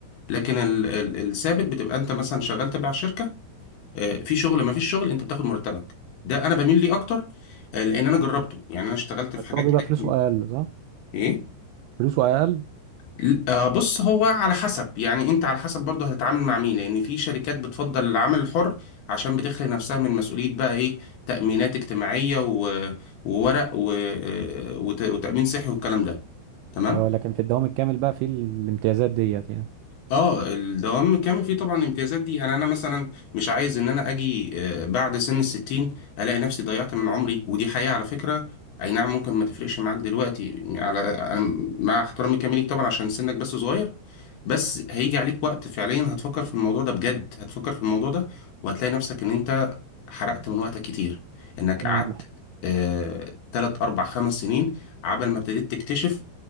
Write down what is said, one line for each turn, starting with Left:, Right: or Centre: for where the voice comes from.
Left: لكن ال- ال- الثابت بتبقى انت مثلا شغال تبع شركة آه، في شغل ما فيش شغل انت بتاخد مرتبك ده انا بميل ليه اكتر آه، لان انا جربته يعني انا اشتغلت في
Right: بس
Left: حاجات
Right: هو بيبقى
Left: كده
Right: فلوسه
Left: كتير
Right: اقل صح
Left: ايه
Right: فلوسه اقل
Left: ل- آه، بص هو على حسب يعني انت على حسب برضه هتتعامل مع مين لان في شركات بتفضل العمل الحر عشان بتخلي نفسها من مسؤولية بقى ايه تأمينات اجتماعية و- وورق و- آه، وت- وتأمين صحي والكلام ده تمام
Right: اه لكن في الدوام الكامل بقى في الامتيازات ديت يعني
Left: اه الدوام كامل فيه طبعا الامتيازات دي يعني انا مثلا مش عايز ان انا اجي آه، بعد سن الستين الاقي نفسي ضيعت من عمري ودي حقيقة على فكرة اي نعم ممكن ما تفرقش معاك دلوقتي على انا مع احترامي كامل ليك طبعا عشان سنك بس صغير بس هيجي عليك وقت فعليا هتفكر في الموضوع ده بجد هتفكر في الموضوع ده وهتلاقي نفسك ان انت حرقت من وقتك كتير انك قعدت
Right: أمم،
Left: آه، تلات اربع خمس سنين عبل ما ابتديت تكتشف